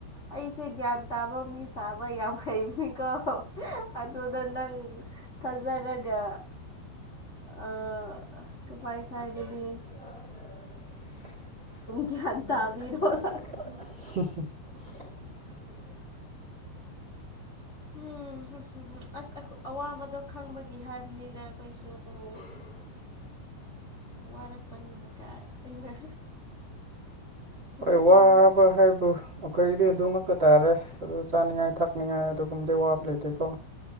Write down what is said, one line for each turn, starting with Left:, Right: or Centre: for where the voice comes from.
Left: ꯑꯩꯁꯦ ꯭ꯌꯥꯟ ꯇꯕ ꯃꯤ ꯁꯥꯕ ꯌꯥꯝ ꯍꯩꯕꯅꯤꯀꯣ ꯑꯗꯨꯗ ꯅꯪ ꯐꯥꯖꯔꯒ ꯑ ꯀꯄꯥꯏ ꯈꯥꯏ ꯀꯅꯤ
Right: ꯑꯦ
Left: ꯒ꯭ꯌꯥꯟ ꯇꯥꯕꯤꯔꯣ
Right: <inaudible>
Left: ꯁꯥꯔ꯫ ꯎꯝꯝ ꯑꯁ ꯑꯋꯥꯕꯗꯣ ꯈꯪꯕꯒꯤ ꯍꯥꯏꯕꯅꯤꯅ ꯑꯩꯈꯣꯏꯁꯨ
Right: <inaudible>
Left: ꯋꯥꯔꯛꯄꯅꯤꯅ ꯀꯥꯏ ꯑꯩꯅ ꯐꯥꯒꯤ
Right: ꯍꯣꯏ ꯋꯥꯕ
Left: ꯇꯧꯕꯅꯦ
Right: ꯍꯥꯏꯕ ꯑꯩꯈꯩꯗꯤ ꯑꯗꯨꯝ ꯊꯛꯄ ꯇꯥꯔꯦ ꯑꯗꯨ ꯆꯥꯅꯤꯡꯉꯥꯏ ꯊꯛꯅꯤꯡꯉꯥꯏ ꯑꯗꯨꯒꯨꯝꯕꯗꯤ ꯑ ꯋꯥꯕ ꯂꯩꯇꯦꯀꯣ